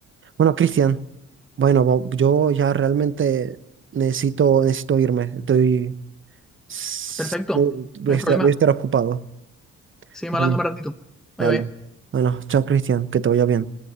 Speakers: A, on the right (about 40°); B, in the centre.
A: bueno, Cristian, bueno, bo- yo ya realmente necesito, necesito irme. Estoy... s-
B: Perfecto,
A: eh, Voy
B: no hay
A: a estar,
B: problema.
A: voy a estar ocupado.
B: seguimos
A: Bueno,
B: hablando un ratito.
A: dale.
B: Bye bye.
A: Bueno, chao, Cristian, que te vaya bien.